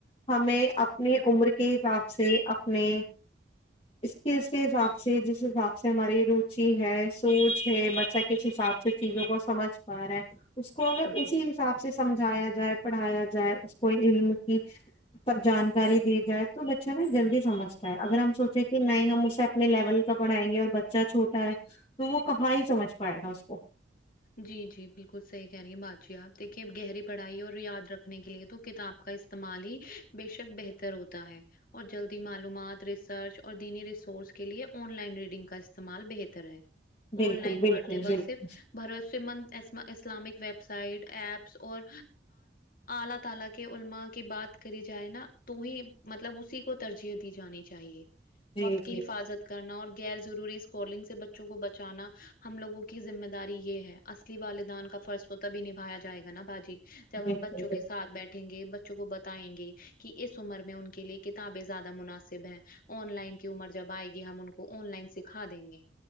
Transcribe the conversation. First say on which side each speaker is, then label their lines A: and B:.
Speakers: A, on the left; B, on the left.
A: ہمیں اپنی عمر کے حساب سے اپنے اس کے اس کے حساب سے جس حساب سے ہماری روچی ہے سوچ ہے بچہ کس حساب سے اچ چیزوں کو سمجھ پا رہا ہیں اس کو اگر اسی
B: جی۔
A: اسے سمجھایا جائے پڑھایا جائے اس کو علم کی تب جانکاری دی جائے تو بچہ نا جلدی سمجھتا ہے اگر ہم سوچیں کہ نہیں ہم اسے اپنے لیول کا پڑھائیں گے اور بچہ چھوٹا ہے تو وہ کہاں ہی سمجھ پائے گا اس کو
B: جی جی بالکل صحیح کہہ رہی ہیں باجی آپ دیکھیے گہری پڑھائی اور یاد رکھنے کے لیے تو کتاب کا اس استعمال ہی بےشک بہتر ہوتا ہے اور جلدی معلومات ریسرچ اور دینی ریسورس کے لیے آن لائن ریڈنگ کا استعمال بہتر ہے
A: بالکل
B: آن لائن
A: بالکل
B: پڑھتے وقت
A: بالکل
B: صرف بھروس مند اسلامک ویب سائٹ ایپس اور الله تعالی کے علماء کی بات کری جائے نا تو ہی مطلب اسی کو ترجی دی جانی چاہیے
A: جی
B: وقت
A: جی
B: کی حفاظت کرنا اور غیر ضروری اسکالنگ سے بچوں کو بچانا ہم لگوں کی ذمہ داری یہ ہے اصلی والدان کا فرض تو تبھی نبھایا جائے گا نا باجی جب
A: بالکل
B: ہم بچوں کے
A: بالکل
B: ساتھ بیٹھے یں گے بچوں کو بتائیں گے کہ اس عمر میں ان کے لیے کتابیں زیادہ مناسب ہیں آن لائن کی عمر جب آئے گی ہم ان کو آن لائن سکھا دیں گے